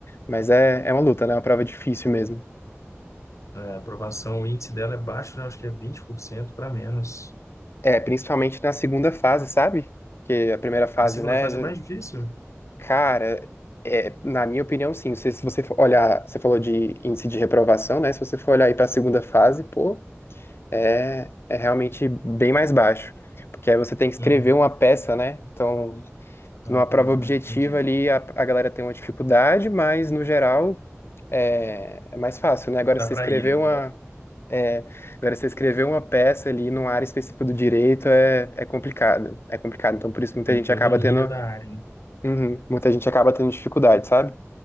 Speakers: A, on the left; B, on the left.
A: Mas é é uma luta, né? É uma prova difícil mesmo.
B: A aprovação, o índice dela é baixo, né? Acho que é 20% para menos.
A: É, principalmente na segunda fase, sabe? Porque a primeira fase,
B: A segunda
A: né,
B: fase
A: já-
B: é mais difícil?
A: Cara, é, na minha opinião, sim. Se, se você for olhar, você falou de índice de reprovação, né? Se você for olhar aí para a segunda fase, pô, é, é realmente bem mais baixo. Porque aí você tem que escrever
B: Uhum.
A: uma peça, né? Então,
B: Ah,
A: numa prova objetiva
B: entendi.
A: ali, a, a galera tem uma dificuldade, mas no geral é, é mais fácil, né? Agora,
B: Dá
A: se você
B: para
A: escrever
B: ir, né?
A: uma. É, agora, se você escrever uma peça ali numa área específica do direito é, é complicado. É complicado. Então, por isso,
B: Você
A: muita
B: tem
A: gente
B: que ter
A: acaba
B: o domínio
A: tendo
B: da área. né?
A: Uhum. Muita gente acaba tendo dificuldade, sabe?